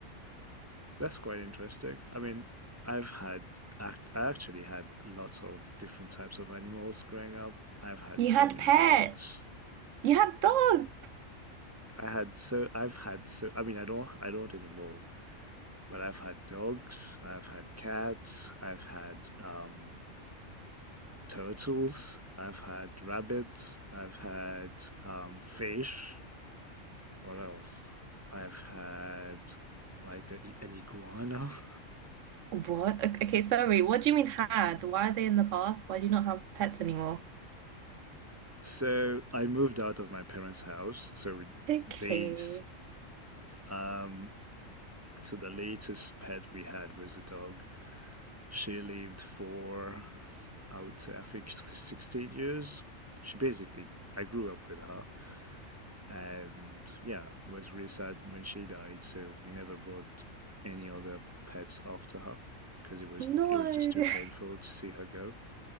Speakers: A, on the right; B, on the right.
A: That's quite interesting. I mean, I've had, act I actually had lots of different types of animals growing up. I've had
B: You
A: so
B: had
A: many
B: pet.
A: dogs.
B: You had dog.
A: I had so, I've had so, I mean, I don't, I don't anymore, but I've had dogs, I've had cats, I've had um, turtles, I've had rabbits, I've had um, fish. What else? I've had like a, an iguana. <laughs>
B: What? Okay, sorry. What do you mean had? Why are they in the past? Why do you not have pets anymore?
A: So I moved out of my parents' house. So we-
B: Okay.
A: they, s- um, so the latest pet we had was a dog. She lived for, I would say, I think 16 years. She basically, I grew up with her and yeah, was really sad when she died. So we never brought any other pets after her because it was
B: No.
A: it was just too painful to see her go.